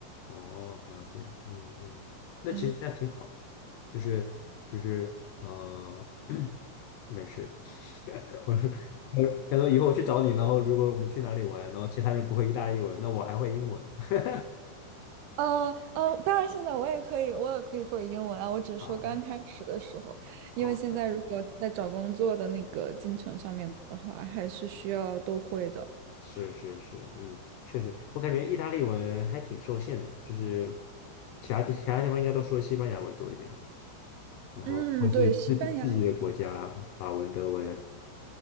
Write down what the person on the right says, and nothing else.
嗯。
呃呃，当然现在我也可以，我也可以会英文啊。我只是说刚开始的时候，
因为现在如果在找工作的那个进程上面的话，
还是需要都会的。
嗯，对，西班牙语